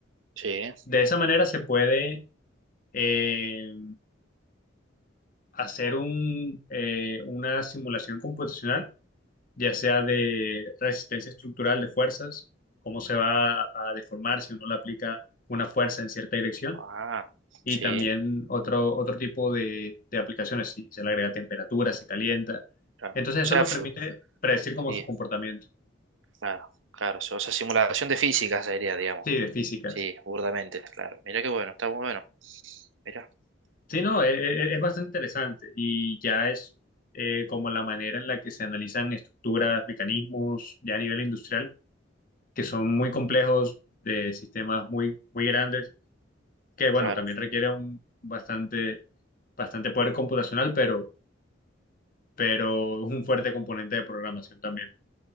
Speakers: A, on the right; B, on the left.
A: sí.
B: De esa manera se puede eh, hacer un, eh, una simulación computacional, ya sea de resistencia estructural de fuerzas, cómo se va a a deformar si uno le aplica una fuerza en cierta dirección
A: Ah,
B: Y
A: sí,
B: también otro, otro tipo de, de aplicaciones, si se le agrega temperatura, se calienta.
A: claro.
B: Entonces
A: O
B: eso
A: sea,
B: nos
A: fu-
B: permite predecir como
A: sí,
B: su comportamiento.
A: claro, claro. O sea, simulación de física sería, digamos.
B: Sí, de físicas.
A: Sí, burdamente, claro. Mira qué bueno, está muy bueno. Mira,
B: Sí, no, e- e- e, es, bastante interesante y ya es eh, como la manera en la que se analizan estructuras, mecanismos, ya a nivel industrial, que son muy complejos, de sistemas muy, muy grandes, que bueno,
A: claro.
B: también requiere un bastante, bastante poder computacional, pero, pero un fuerte componente de programación también.